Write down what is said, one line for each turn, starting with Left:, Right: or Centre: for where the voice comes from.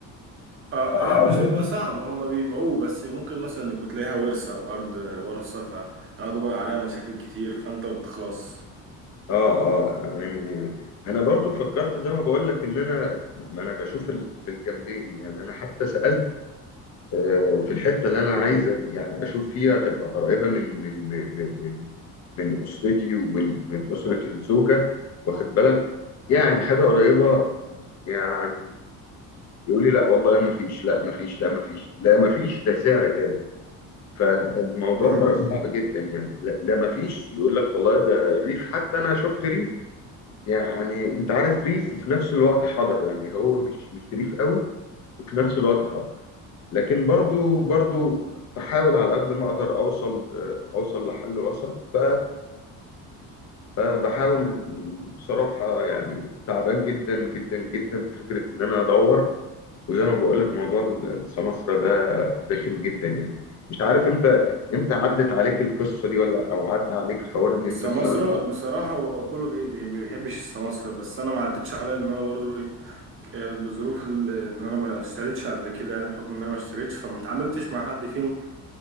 Right: اه
Left: اه
Right: لا مش بيبقى صعب هما بيبيعوه بس ممكن مثلا يكون تلاقيها ورثة او ارض ورثة فيقعدوا بقى عليها مشاكل كتير فانت بتخلص
Left: اه يعني انا برضو فكرت زي ما بقول لك ان انا ما انا بشوف ال- في الجنبين يعني انا حتى سألت آه، في الحته اللي انا عايز يعني اشوف فيها تبقى قريبه من من من من من اسرتي ومن من اسره الزوجه واخد بالك يعني حاجه قريبه يعني يقول لي لا والله ما فيش لا ما فيش لا ما فيش لا ما فيش ده سعر غالي فالموضوع
Right: <laughs>
Left: بقى صعب جدا يعني لا, لا ما فيش يقول لك والله ده الريف حتى انا شفت ريف يعني انت عارف ريف وفي نفس الوقت حضر يعني هو مش مش ريف قوي وفي نفس الوقت حضر لكن برضو برضو بحاول على قد ما اقدر اوصل اوصل لحل وسط ف فبحاول بصراحة يعني تعبان جدا جدا جدا بفكرة ان انا ادور وزي ما بقول لك موضوع السمسرة ده رخم جدا يعني مش عارف انت انت عدت عليك القصة دي ولا او عدى عليك حوار ان انت
Right: السماسرة
Left: تشتغل
Right: بصراحة هو كله بي بي ما بيحبش السماسرة بس أنا ما عدتش على إن أنا برضو إيه آه، بظروف ال- إن أنا ما اشتريتش قبل كده يعني بحكم إن أنا ما اشتريتش فما اتعاملتش مع حد فيهم